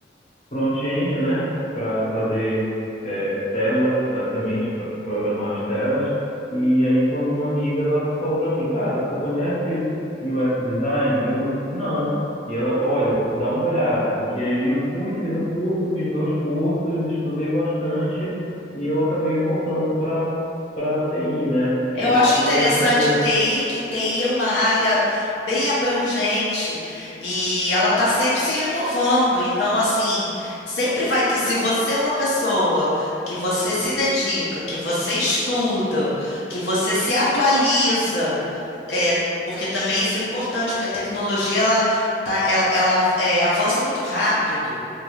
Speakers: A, on the left (about 35°); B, on the left (about 65°).
A: front-end, né, para fazer é, tela, basicamente, para programar as telas. E aí, quando uma amiga ela falou para mim, cara, tu conhece UX design? Eu, não. E ela, olha, dá uma olhada. E aí eu fui, fiz um curso, fiz dois cursos, estudei bastante e eu acabei voltando para para TI, né? E
B: Eu acho
A: tô
B: interessante
A: até hoje.
B: o TI, que TI é uma área bem abrangente e ela está sempre se renovando. Então, assim, sempre vai. ter- Se você é uma pessoa que você se dedica, que você estuda, que você se atualiza, é, porque também isso é importante, porque a tecnologia ela, tá, ela, ela é, avança muito rápido.